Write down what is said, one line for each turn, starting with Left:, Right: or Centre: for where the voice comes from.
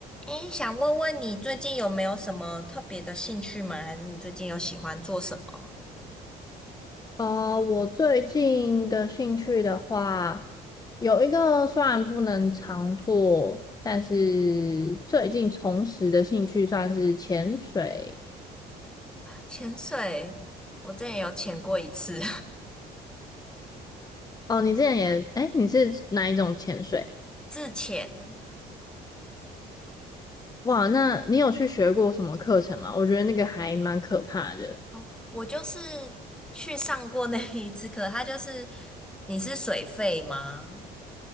Centre: 诶，想问问你最近有没有什么特别的兴趣吗？还是你最近有喜欢做什么？
Left: 呃，我最近的兴趣的话，有一个虽然不能常做，但是最近重拾的兴趣算是潜水。
Centre: 潜水，我之前有潜过一次
Left: 哦，你之前也，哎，你是哪一种潜水？
Centre: <laughs> 自潜，
Left: 哇，那你有去学过什么课程吗？我觉得那个还蛮可怕的。
Centre: <laughs> 我就是去上过那一次课，它就是你是水费吗？